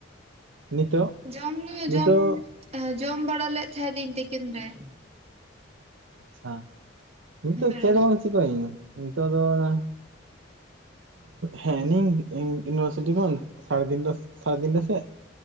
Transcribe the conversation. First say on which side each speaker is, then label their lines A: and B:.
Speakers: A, on the right; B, on the right.
A: ᱱᱤᱛᱚᱜ
B: ᱡᱚᱢ ᱧᱩ
A: ᱱᱤᱛᱚᱜ
B: ᱡᱚᱢ ᱡᱚᱢ ᱵᱟᱲᱟ ᱞᱮᱫ ᱛᱟᱦᱮᱸᱱᱤᱧ ᱛᱤᱠᱤᱱ ᱨᱮ
A: ᱪᱷᱟ ᱱᱤᱛᱚᱜ
B: ᱵᱮᱲᱟ
A: ᱪᱮᱫ ᱦᱚ ᱵᱟᱝ ᱪᱤᱠᱚᱭᱤᱧ ᱱᱤᱛᱚᱜ ᱫᱚ ᱚᱱᱟ ᱦᱮᱸ ᱱᱤᱭᱩ ᱤᱭᱩ ᱤᱭᱩᱱᱤᱵᱷᱟᱨᱥᱤᱴᱤ ᱠᱷᱚᱱ ᱥᱟᱨᱮᱛᱤᱱᱴᱟ ᱥᱟᱨᱮᱛᱤᱱᱴᱟ ᱥᱮᱫ